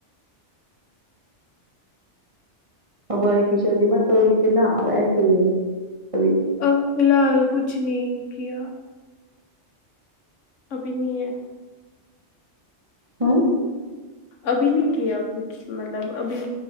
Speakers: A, on the right; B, on the left.
A: اور بھائی کی شادید یہ مت کرو گی کہ نہ اب ایسے ہی ہے کبھی
B: اب فی الحال کچھ نہیں کیا ابھی نہیں ہے
A: ہوں
B: ابھی نہیں کیا کچھ مطلب ابھی